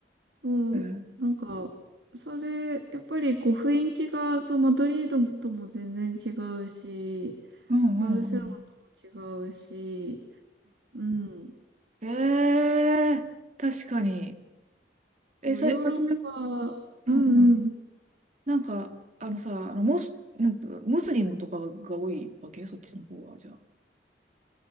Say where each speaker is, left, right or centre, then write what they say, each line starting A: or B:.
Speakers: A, on the right; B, on the right.
A: そう、
B: うん。
A: なんか、それ、やっぱりこう雰囲気が、そう、マドリードもとも全然違うし、
B: うんうんうん
A: バルセロナとも違うし、うん。
B: うん。えー、確かに。え、
A: そうヨーロッパ、
B: それ、まあそれ、
A: うんうん。
B: うんうん。なんか、あのさ、あのモス、なんかムスリムとかが多いわけそっちの方は、じゃあ。